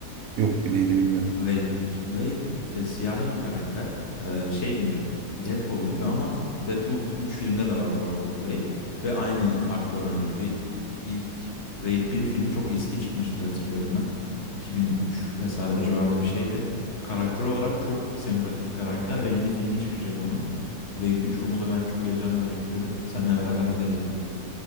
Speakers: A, on the right; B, on the left.
A: Yok bileydi bilmiyorum.
B: Blade, Blade e, siyahi bir karakter. E, şey gibi. Deadpool gibi ama Deadpool üç filmde de var bu arada Blade. Ve aynı aktör oynuyor. Blade ilk Blade bir filmi çok eski çıkmıştı diye hatırlıyorum ben. 2003 vesaire o civarda bir şeydi. Karakter olarak çok sempatik bir karakter ve yeni filmi çıkacak onun. Blade 3 onu da ben çok heyecanla bekliyorum. Seninle beraber gideriz ona da.